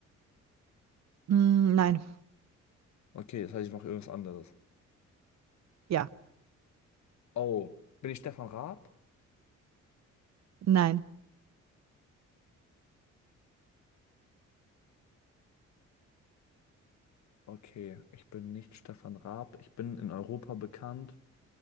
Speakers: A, on the right; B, on the left.
A: Mm, nein.
B: Okay, das heißt, ich mache irgendwas anderes.
A: Ja.
B: Oh, bin ich Stefan Raab?
A: Nein.
B: Okay, ich bin nicht Stefan Raab. Ich bin in Europa bekannt.